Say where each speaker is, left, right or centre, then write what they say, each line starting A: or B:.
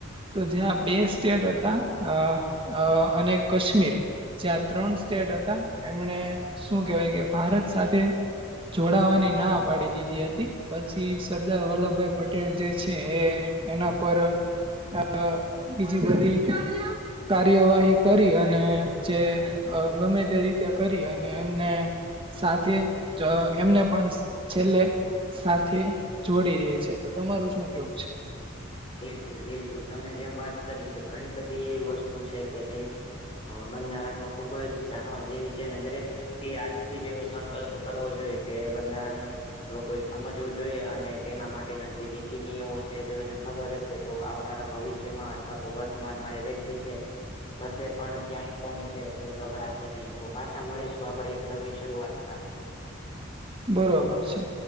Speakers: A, on the right; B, on the left.
A: તો જ્યાં બે સ્ટેટ હતા. અ અને કાશ્મીર. જ્યાં ત્રણ સ્ટેટ હતા. એમણે શું કેહેવાય કે ભારત સાથે જોડાવાની ના પાડી દીધી હતી. પછી સરદાર વલ્લભભાઈ પટેલ જે છે એ એના પર આ બીજી બધી કાર્યવાહી કરી અને જે ગમે તે રીતે કરી અને એમને સાથે જ એમને પણ છેલ્લે સાથે જોડી રે છે. તો તમારું શું કેવું છે?
B: બિલકુલ બિલકુલ, તમે જેમ વાત કરી કે ઘણી બધી એવી વસ્તુ તું છે કે જે અ બંધારણમાં ખુબ જ જાણવા જેવી છે. અને દરેક વ્યક્તિ આજથી જ એવો સંકલ્પ કરવો જોઈએ કે બંધારણ લોકો એ સમજવું જોઈએ અને તેના માટેના જે નીતિ નિયમો છે. જોને ખબર હશે તો આવનારા ભવિષ્યમાં અથવા તો વર્તમાનમાં એ વ્યક્તિ છે કશે પણ ક્યાંય પણ છે તે ગભરાશે નહી. તો પાછા મળીશું આપણે એક નવી શરૂઆત સાથે.
A: બરોબર છે.